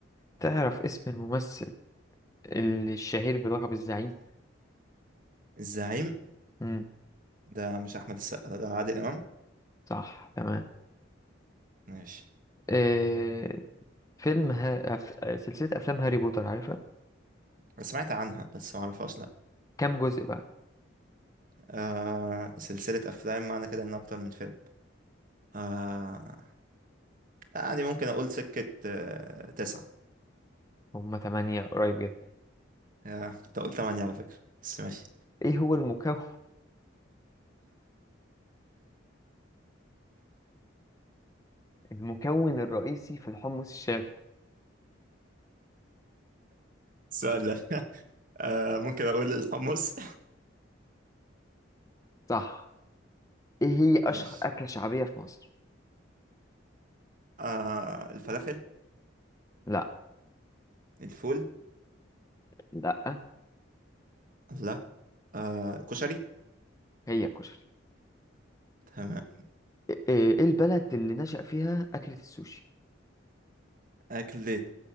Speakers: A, on the left; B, on the right.
A: تعرف اسم الممثل الشهير بلقب الزعيم
B: الزعيم
A: امم
B: ده مش أحمد السقا ده, ده عادل إمام
A: صح تمام
B: ماشي
A: إيه فيلم ها... أف... سلسلة افلام هاري بوتر عارفها
B: أنا سمعت عنها بس معرفهاش لأ
A: كام جزء بقى
B: آه سلسلة أفلام معنى كده إن أكتر من فيلم آه يعني ممكن أقول سكة آه تسعة
A: هما تمانية قريب جدا
B: يا كنت اقول تمانية على فكرة بس ماشي
A: ايه هو المكون المكون الرئيسي في الحمص الشامي
B: سؤال ده <laughs> آه ممكن اقول الحمص
A: صح ايه هي اشهر
B: <laughs> ماشي
A: اكلة شعبية في مصر
B: آه الفلافل
A: لا
B: الفول
A: لا
B: لا آه الكشري
A: هي الكشري
B: تمام
A: ايه إيه البلد اللي نشأ فيها اكلة السوشي
B: أكلة